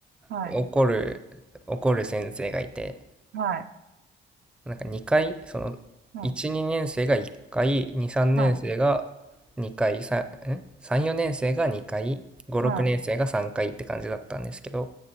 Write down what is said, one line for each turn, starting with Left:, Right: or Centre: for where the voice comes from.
Right: はい、
Centre: 怒る、怒る先生がいて、
Right: はい、
Centre: なんか2回、その、
Right: はい、
Centre: 1、2年生が1回、2、3年生が
Right: はい、
Centre: 2回、さん ?3、4年生が2回、5、6年生が3回って感じだったんですけど、
Right: はい、